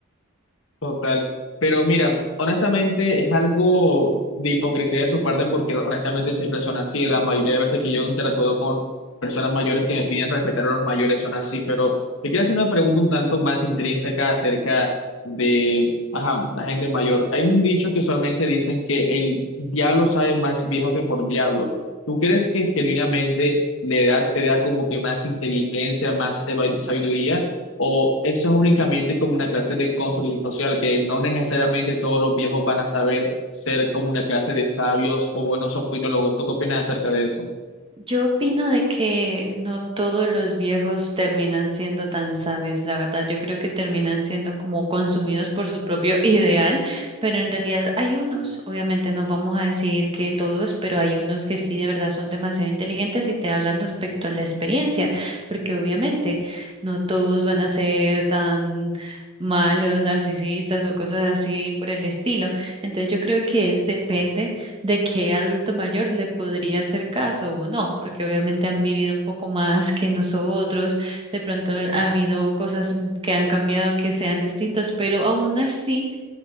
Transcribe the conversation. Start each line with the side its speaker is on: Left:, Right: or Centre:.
Left: Total. Pero mira, honestamente es algo de hipocresía de su parte porque honestamente siempre son así. La mayoría de veces que yo interactúo con personas mayores que me piden respetar a los mayores son así. Pero te quiero hacer una pregunta un tanto más intrínseca acerca de ajá, la gente mayor. Hay un dicho que usualmente dicen que el diablo sabe más viejo que por diablo. ¿Tú crees que genuinamente la edad te da como que más inteligencia, más sabiduría? o eso es únicamente como una clase de construcción social, que no necesariamente todos los viejos van a saber ser como una clase de sabios o buenos opinólogos. ¿Tú qué opinas acerca de eso?
Right: Yo opino de que no todos los viejos terminan siendo tan sabios, la verdad. Yo creo que terminan siendo como consumidos por su propio ideal, pero en realidad hay unos, obviamente no vamos a decir que todos, pero hay unos que sí de verdad son demasiado inteligentes y te hablan respecto a la experiencia, porque obviamente no todos van a ser tan malos, narcisistas o cosas así por el estilo. Entonces yo creo que es depende de qué adulto mayor le podría hacer caso o no, porque obviamente han vivido un poco más que nosotros, de pronto ha habido cosas m- que han cambiado que sean distintas, pero aún así,